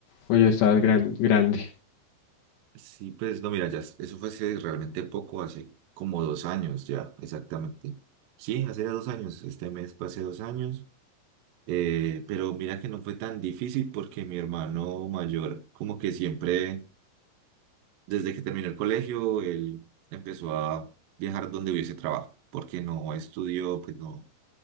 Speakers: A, on the left (about 70°); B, on the right (about 80°).
A: O ya estabas gran, grande.
B: Sí, pues no, mira, ya, eso fue hace realmente poco, hace como dos años ya, exactamente. Sí, hace dos años, este mes fue hace dos años. Eh, pero mira que no fue tan difícil porque mi hermano mayor, como que siempre, desde que terminó el colegio, él empezó a viajar donde hubiese trabajo, porque no estudió, pues no